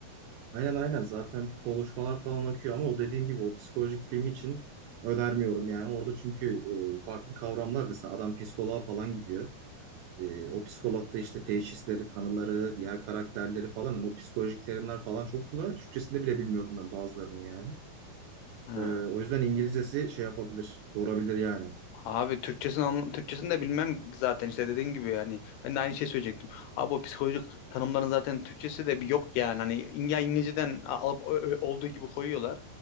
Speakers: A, on the right; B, on the left.
A: Aynen aynen zaten konuşmalar falan akıyor ama o dediğim gibi o psikolojik film için önermiyorum yani. Orada çünkü e, farklı kavramlar mesela adam psikoloğa falan gidiyor. E, o psikolog da işte teşhisleri, tanıları, diğer karakterleri falan hani o psikolojik terimler falan çok kullanıyor. Türkçesinde bile bilmiyordum ben bazılarının yani.
B: Ha.
A: Ee, o yüzden İngilizcesi şey yapabilir, yorabilir yani.
B: Abi Türkçesini, anla- Türkçesini de bilmem zaten işte dediğin gibi yani ben de aynı şey söyleyecektim. Abi o psikolojik tanımların zaten Türkçesi de bir yok yani hani İng- ya İngilizceden al- al- olduğu gibi koyuyorlar